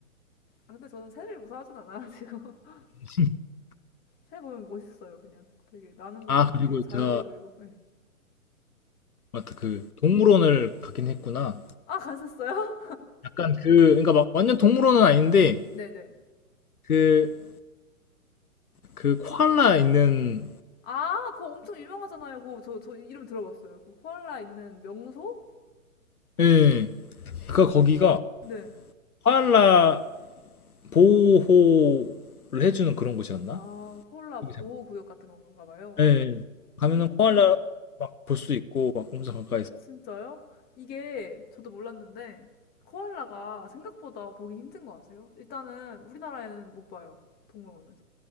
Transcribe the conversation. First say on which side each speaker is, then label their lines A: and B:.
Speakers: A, on the left (about 20°); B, on the left (about 80°).
A: 아, 근데 저는 새를 무서워하진 않아가지고. <laughs>
B: <laughs>
A: 새 보면 멋있어요, 그냥. 되게, 나는 거
B: 아
A: 보면
B: 그리고
A: 되게 자유로워
B: 제가
A: 보이고. 네.
B: 맞다 그 동물원을 가긴 했구나.
A: 아, 가셨어요?
B: 약간 그 그러니까 막 완전 동물원은 아닌데
A: <laughs> 네네.
B: 그 그 코알라 있는
A: 아, 그거 엄청 유명하잖아요. 그거 저, 저 이름 들어봤어요. 그 코알라 있는 명소?
B: 예. 그 거기가
A: 네.
B: 코알라 보호를 해주는 그런 곳이었나?
A: 아, 코알라
B: 기잘
A: 보호구역 같은 건가 봐요.
B: 예. 예. 가면은
A: 음.
B: 코알라 막 볼 수 있고 막 엄청 가까이서.
A: 진짜요? 이게 저도 몰랐는데 코알라가 생각보다 보기 힘든 거 아세요? 일단은 우리나라에는 못 봐요. 동물원에서.